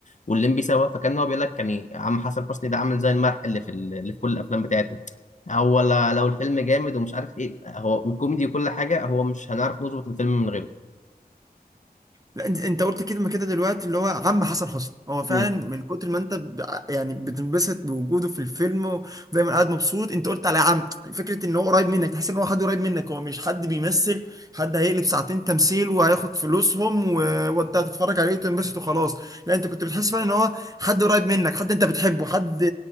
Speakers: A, on the left; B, on the right.
A: والليمبي سوا فكان هو بيقول لك كان إيه، عم حسن حسني ده عامل زي الملح اللي في ال- اللي في كل الافلام بتاعتنا هو لا- لو الفيلم جامد ومش عارف ايه هو وكوميدي وكل حاجه هو مش هنعرف نظبط الفيلم من غيره
B: لا انت انت قلت كده ما كده دلوقتي اللي هو عم حسن حسني هو فعلا
A: مم.
B: من كتر ما انت ب- يعني بتنبسط بوجوده في الفيلم و- ودايما قاعد مبسوط انت قلت على عم فكره ان هو قريب منك تحس ان هو حد قريب منك هو مش حد بيمثل حد هيقلب ساعتين تمثيل وهياخد فلوسهم و... وانت هتتفرج عليه وتنبسط وخلاص لا انت كنت بتحس فعلا ان هو حد قريب منك حد انت بتحبه حد